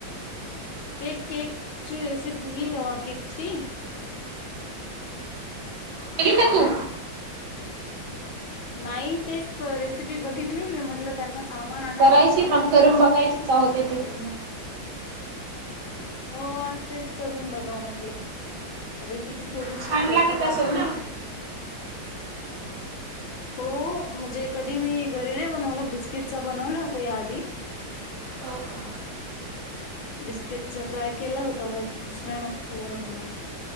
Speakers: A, on the left (about 80°); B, on the right (about 85°).
A: केक केक ची रेसिपी ह रवा केकची.
B: केली का
A: हॅलो
B: तू?
A: नाही तेच रेसिपी बघितली. मी म्हटलं त्यांना, सामान आणायला
B: करायची मग करून बघायची का होते ते.
A: आणि मग, हो, आज तेच करून बघाव म्हटलं रेसिपी थोडीशी
B: छान
A: सोपी
B: लागत असेल
A: दाखवली.
B: ना?
A: हो, म्हणजे कधी मी घरी नाही बनवला बिस्किटचा बनवला होता. या आधी
B: हम हा.
A: बिस्किटचा ट्राय केला होता. बट दुसऱ्या नव्ह बनवला.